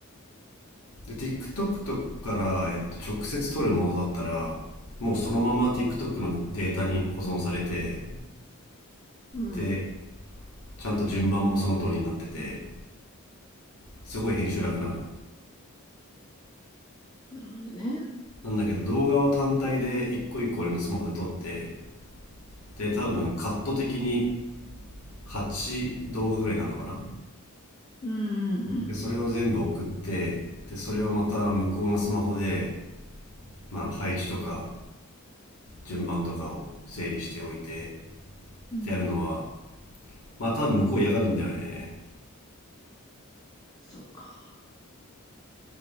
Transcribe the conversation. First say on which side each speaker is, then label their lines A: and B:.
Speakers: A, on the left (about 80°); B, on the left (about 15°).
A: ん。で、TikTok とかから、えっと、直接撮るモードだったら、もうそのまま TikTok のデータに保存されて、
B: うん。
A: で、ちゃんと順番もその通りになっててすごい編集楽なのよ
B: なるほどね。
A: なんだけど動画を単体で一個一個俺のスマホで撮ってで多分カット的に8動画ぐらいなのかな
B: うん、うん、うん。
A: でそれを全部送ってでそれをまた向こうのスマホで、まあ、配置とか順番とかを整理しておいて
B: うん、
A: ってやるのはまあ多分向こう嫌がるんだよね
B: そうか。